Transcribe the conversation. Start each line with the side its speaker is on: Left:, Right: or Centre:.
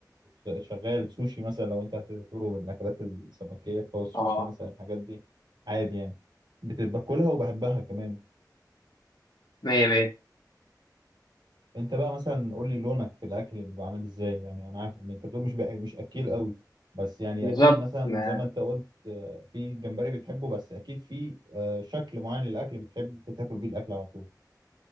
Right: آه، شغال سوشي مثلا لو انت هتعتبره من الاكلات السمكيه فهو السوشي
Left: أه
Right: مثلا الحاجات دي عادي يعني بت- باكلها وبحبها كمان
Left: مية مية
Right: انت بقى مثلا قول لي لونك في الاكل اللي بعمل ازاي يعني انا عارف إن انت بتقول مش بأ- مش اكيل قوي بس يعني
Left: بالظبط
Right: اكيد مثلا
Left: ما-
Right: زي ما انت قلت آه، في جمبري بتحبه بس اكيد في آه، شكل معين للاكل بتحب تاكل بيه الاكل على طول